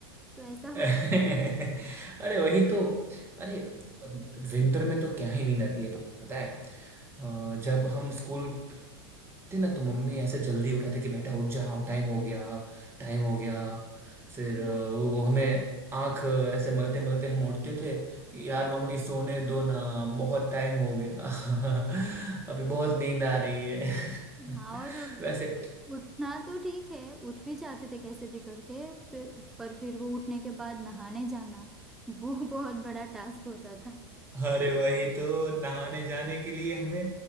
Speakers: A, in the centre; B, on the right (about 20°).
A: तो ऐसा होता
B: अरे वही तो अरे विंटर में तो क्या ही नींद आती है पता है अ, जब हम स्कूल थे ना तो मम्मी ऐसे जल्दी उठाते कि बेटा उठ जाओ टाइम हो गया टाइम हो गया फिर
A: हाँ
B: अ, वो वो हमें आंख ऐसे मलते मलते हम उठते थे कि यार मम्मी सोने दो ना बहुत टाइम हो गया <laughs> अभी बहुत नींद आ रही है <laughs>
A: हाँ और
B: वैसे
A: उठना तो ठीक है उठ भी जाते थे कैसे भी करके फिर पर फिर वो उठने के बाद नहाने जाना वो <laughs> बहुत बड़ा टास्क होता था
B: अरे वही तो नहाने जाने के लिए हमें